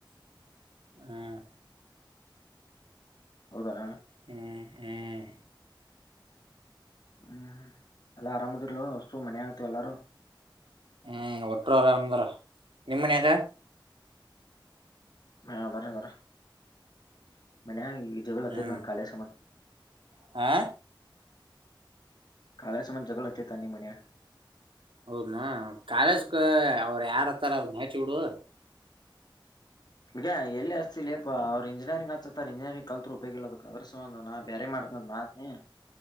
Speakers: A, on the right; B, on the left.
A: <unintelligible> ಹ್ಮ್
B: ಹೌದಾ
A: ಹ್ಮ್ ಹ್ಮ್.
B: ಹ್ಮ್ ಹ್ಮ್ ಎಲ್ಲ ಆರಾಮದಿರಿಲ್ಲೋ ಅಷ್ಟ್ರೂ ಮನ್ಯಾಗಂತು ಎಲ್ಲಾರೂ.
A: ಹ್ಮ್ ಒಟ್ಟುರು ಆರಾಮದ್ರ ನಿಮ್ಮ ಮನ್ಯಾಗ
B: ಹಾ ಬರ ಬರ ಮನ್ಯಾಗ ಈಗ ಜಗಳ ಹತ್ತೇತಿ
A: ಹ್ಮ್
B: ನಮ್ ಕಾಲೇಜ್ ಸಮಾಂದ
A: ಆ
B: ಕಾಲೇಜ್ ಸಮಾಂದ ಜಗಳ ಹತ್ತೇತಿ ಅಂದ್ನಿ ಮನ್ಯಾಗ
A: ಹೌದ್ನ ಕಾಲೇಜ್ ಕ ಅವರು ಯಾರ್ ಅಂತ್ತಾರ ಅದನ್ನ ಹಚ್ಚಿ ಬಿಡು
B: ಈಗ ಎಲ್ಲಿ ಅರ್ಸ್ತಿ ಅಪ್ಪಪ ಅವರು ಇಂಜಿನಿಯರಿಂಗ್ ಹಸತ ಇಂಜಿನಿಯರಿಂಗ್ ಕಲ್ತ್ರು ಉಪೋಗಿಲ್ಲದ ಅದ್ರ ಸಂಬಧ ನಾ ಬೇರೆ ಮಾಡ ನಾತ್ ನೀ